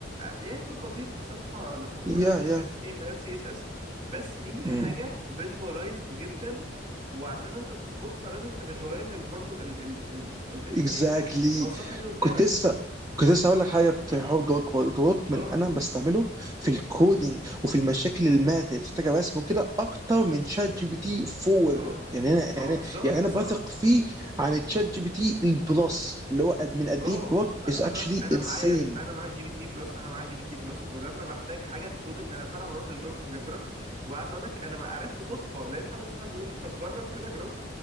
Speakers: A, on the right (about 40°); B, on the right (about 20°).
A: يعني كود بسيط لصفحة لصفحة
B: يا
A: اتش
B: يا
A: HTML CSS بس هي
B: مم.
A: حاجة visualized جدا وعشان انت تظبطها لازم تفيجواليز برضو ال ال ال ال HTML
B: اكزاكتلي
A: او الصفحة دي قدامك
B: كنت لسه كنت لسه هقول لك حاجه في حوار جروك وورد. جروك
A: اه
B: من انا بستعمله في الكودينج وفي المشاكل الماث اللي بتحتاج رسم وكده اكتر من شات جي بي تي 4
A: اه
B: يعني انا
A: اه
B: يعني
A: بالظبط
B: يعني
A: بالظبط
B: انا بثق فيه عن تشات جي بي تي البلس اللي هو قد من قد
A: اه
B: ايه جروك
A: أزاك
B: از اكشلي
A: انا
B: انسين
A: معايا انا معايا جي بي تي بلس انا معايا جي بي تي بلس ولما بحتاج حاجه في كودنج انا فعلا بروح لجلو- لجروك وعايز اقول لك انا ما عرفته صدفه لقيت حد من صحابي بيقول لي طب جرب كده جروك